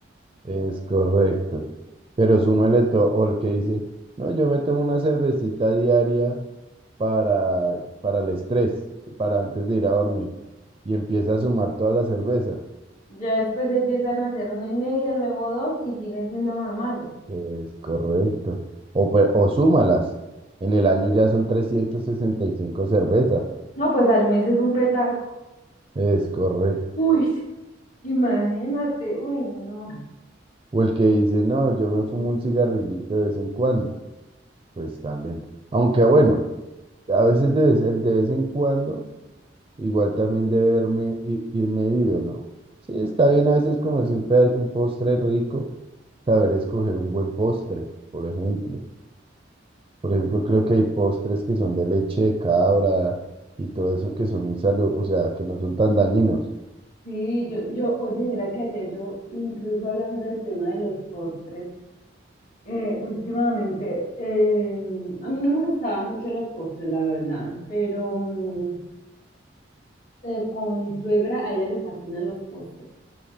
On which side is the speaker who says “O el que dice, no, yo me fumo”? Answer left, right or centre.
Right